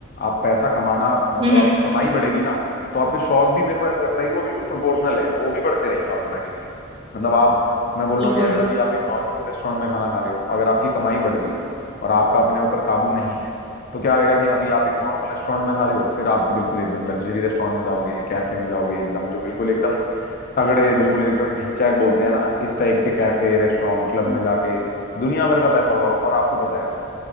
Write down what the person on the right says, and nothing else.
हम्म हम्म,
बिल्कुल
हम्म,